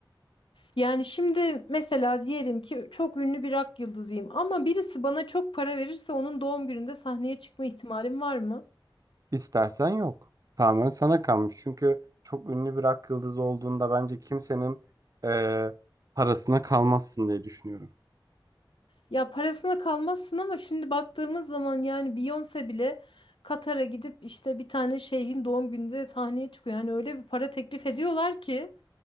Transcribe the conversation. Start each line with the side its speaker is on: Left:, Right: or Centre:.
Left: Yani şimdi mesela diyelim ki çok ünlü bir rock yıldızıyım ama birisi bana çok para verirse onun doğum gününde sahneye çıkma ihtimalim var mı?
Right: İstersen yok. Tamamen sana kalmış. Çünkü çok ünlü bir rock yıldızı olduğunda bence kimsenin e, parasına kalmazsın diye düşünüyorum.
Left: Ya parasına kalmazsın ama şimdi baktığımız zaman yani Beyoncé bile Katar'a gidip işte bir tane şeyhin doğum gününde sahneye çıkıyor. Yani öyle bir para teklif ediyorlar ki